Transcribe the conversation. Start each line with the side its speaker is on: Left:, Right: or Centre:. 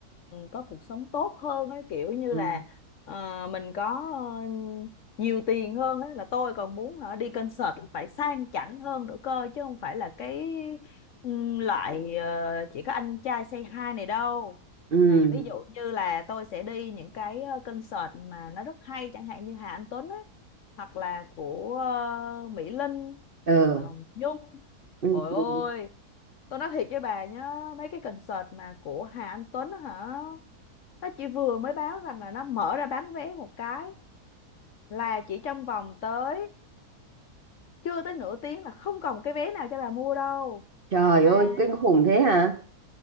Left: có cuộc sống tốt hơn ấy kiểu như
Right: ừ
Left: là ờ, mình có ờ, nhiều tiền hơn ấy là tôi còn muốn hả đi concert là phải sang chảnh hơn nữa cơ chứ không phải là cái ừm, loại ờ, chỉ có anh trai say hi này đâu.
Right: ừ
Left: Này ví dụ như là tôi sẽ đi những cái ờ, concert mà nó rất hay chẳng hạn như Hà Anh Tuấn ấy hoặc là của ờ, Mỹ Linh
Right: ờ
Left: hoặc là Hồng Nhung.
Right: ừ.
Left: Ôi
Right: ừ.
Left: ôi Tôi nói thiệt với bà nhá, mấy cái concert mà của Hà Anh Tuấn á hả, nó chỉ vừa mới báo rằng là nó mở ra bán vé một cái là chỉ trong vòng tới chưa tới nửa tiếng là không còn cái vé nào cho bà mua đâu.
Right: trời
Left: Mà
Right: ơi kinh khủng thế hả